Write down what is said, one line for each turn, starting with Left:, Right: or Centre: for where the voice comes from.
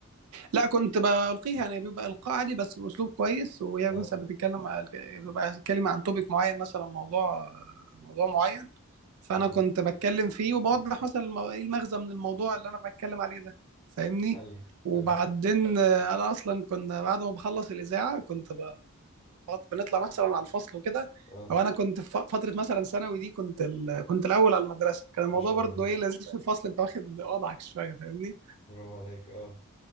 Right: لا كنت بلقيها يعني بيبقى القاء عادي بس باسلوب كويس وهي
Left: اه
Right: مثلا بتتكلم على- بيبقى بتتكلم عن توبيك معين مثلا موضوع موضوع معين فانا
Left: امم
Right: كنت بتكلم فيه وبوضح مثلا المو- ايه المغزى من الموضوع اللي انا بتكلم عليه ده فاهمني
Left: حلو
Right: وبعدين
Left: حلو
Right: آه، انا اصلا كنا بعد ما بخلص الاذاعه كنت ب- بط- بنطلع مثلا على الفصل وكده
Left: اه
Right: او انا كنت في ف- فتره مثلا ثانوي دي كنت ال... كنت الاول على المدرسه كان الموضوع
Left: ما شاء
Right: برضو
Left: الله
Right: ايه لذيذ في الفصل انت واخد وضعك شويه فاهمني
Left: برافو عليك اه